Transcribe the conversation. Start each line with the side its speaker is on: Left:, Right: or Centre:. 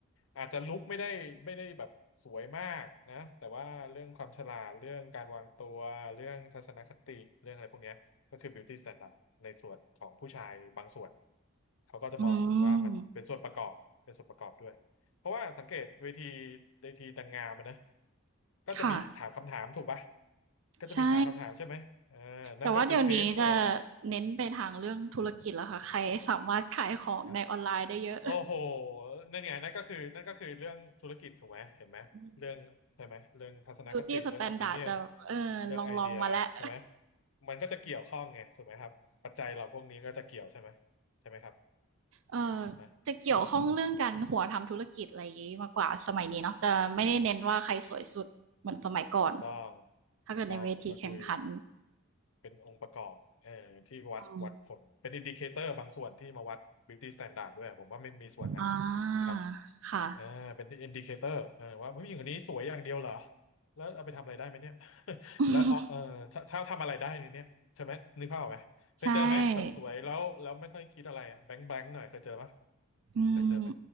Left: อาจจะลุคไม่ได้ไม่ได้แบบสวยมากนะแต่ว่าเรื่องความฉลาดเรื่องการวางตัวเรื่องทัศนคติเรื่องอะไรพวกเนี้ย ก็คือ beauty standard ในส่วนของผู้ชายบางส่วนเขาก็จะมองว่ามันเป็นส่วนประกอบเป็นส่วนประกอบด้วยเพราะว่าสังเกตเวที
Right: อืม
Left: เวทีนางงามอะนะก็จะมีถามคำถามถูกปะ
Right: ค่ะ
Left: ก็จะมีถามคำถามใช่ไหมเออนั่นก็คือเทสเพราะว่า
Right: ใช่ แต่ว่าเดี๋ยวนี้จะเน้นไปทางเรื่องธุรกิจแล้วค่ะใครสามารถขายของในออนไลน์ได้เยอะ
Left: ครับนะ โอ้โหนั่นไงนั่นก็คือนั่นก็คือเรื่องธุรกิจถูกไหมเห็นไหมเรื่องใช่ไหมเรื่องทัศนคติเรื่อง
Right: อืม Beauty Standard
Left: opinion
Right: จะเออลองๆมาแล้ว
Left: เรื่องไอเดียถูกไหมมันก็จะเกี่ยวข้องไงถูกไหมครับปัจจัยเราพวกนี้ก็จะเกี่ยวใช่ไหมใช่ไหมครับ
Right: เอ่อจะเกี่ยวข้องเรื่องการหัวทำธุรกิจอะไรอย่างนี้มากกว่าสมัยนี้เนาะจะไม่ได้เน้นว่าใครสวยสุดเหมือนสมัยก่อน
Left: นะถูกต้อง
Right: ถ้าเกิดในเวทีแข่งขัน
Left: ถูกต้องก็คือเป็นองค์ประกอบเอ่อที่วัดวัดผลเป็นอินดิเคเตอร์บางส่วนที่มาวัด
Right: อืม
Left: beauty standard ด้วยผมว่าไม่มีส่วนนะ
Right: อ่
Left: ครับ
Right: าค่ะ
Left: อ่าเป็นอินดิเคเตอร์อ่าว่าผู้หญิงคนนี้สวยอย่างเดียวเหรอแล้วเอาไปทำอะไรได้ไหมเนี่ย <laughs>
Right: <laughs>
Left: แล้วเอาเออถ้าถ้าทำอะไรได้ในเนี้ยใช่ไหมนึกภาพออกไหมเคยเจอไหมแบบสวยแล้วแล้วไม่ค่อยคิดอะไรอ่ะแบงค์แบงค์หน่อยเคยเจอปะ
Right: ใช่อืม
Left: เคยเจอไหม